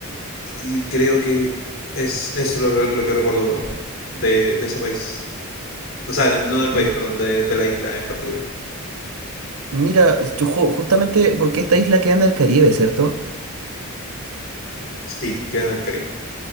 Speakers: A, on the left (about 60°); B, on the right (about 80°).
A: y creo que es eso lo, que- lo que recuerdo por ahora, de, de ese país. O sea, no, no del país,
B: Mm,
A: perdón, de, de la isla en particular.
B: Mira, yo ju- justamente porque esta isla queda en el Caribe, ¿cierto?
A: Sí, queda en el Caribe.